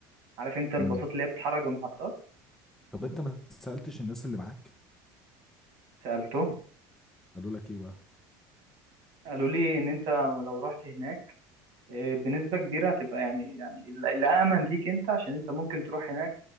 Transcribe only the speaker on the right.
عارف انت الباصات
اللي هي بتتحرك بمحطات
سالته
قالوا لي ان انت لو رحت هناك إيه، بنسبه كبيره هتبقى يعني يعني الامن ليك انت عشان انت ممكن تروح هناك